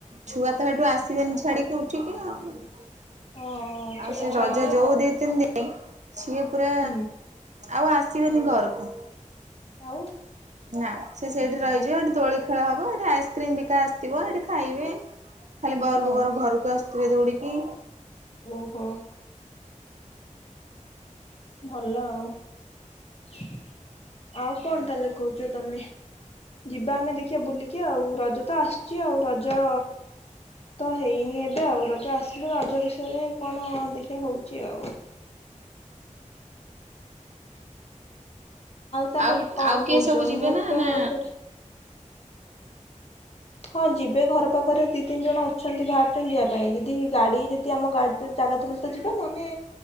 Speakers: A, on the right (about 60°); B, on the left (about 50°).
A: ଛୁଆ ତ ହେଟୁ ଆସିବେନି ଛାଡିକି ଉଠିକି ଆଉ। <inaudible>
B: ହଁ ଛୋଟ
A: ଆଉ ସେ
B: ଛୁଆ
A: ରଜ
B: ମାନେ
A: ଯୋଉ
B: ତ
A: ଦି ତିନି ଦିନି ସିଏ ପୁରା
B: ହୁଁ
A: ଆଉ ଆସିବେନି ଘରକୁ।
B: ଆଉ
A: ନା ସେ ସେଇଠି ରହିଯିବ ଏଠି ଦୋଳି ଖେଳ ହବ ଏଠି ଆଇସ୍କ୍ରିମ ବିକା ଆସିଥିବ ଏଠି ଖାଇବେ। ଖାଲି ବହରକୁ
B: ହଁ
A: ବହର ଘରକୁ ଆସୁ ଯିବେ ଦୌଡିକି
B: ଓହୋ। ଭଲ ଆଉ <inaudible> ଆଉ କଣ
A: ଏଇଆ
B: ତାହେଲେ କହୁଛ ତମେ ଯିବା ଆମେ ଦେଖିବା ବୁଲିକି ଆଉ ରଜ ତ ଆସୁଛି। ଆଉ ରଜ ତ ହେଇନି ଏବେ ଆଉ ରଜ ଆସିଲେ ରଜ ବିଷୟରେ କଣ ଦେଖିବା ହଉଛି ଆଉ। ତାହେଲେ
A: ଆଉ
B: କଣ
A: ଆଉ କିଏ
B: କହୁଛ
A: ସବୁ ଯିବେ
B: ମୁଁ
A: ନା
B: ତ
A: ନା
B: ଏପଟେ ହଁ ଯିବେ ଘର ପାଖରେ ଦି ତିନି ଜଣ ଅଛନ୍ତି। ବାହାରୁଛନ୍ତିଛନ୍ତି ଯିବା ପାଇଁ ଯଦି ଗାଡି ଯଦି ଆମ ଗାଡି ଜାଗା ଥିଲେ ତ ଯିବା। ନହେଲେ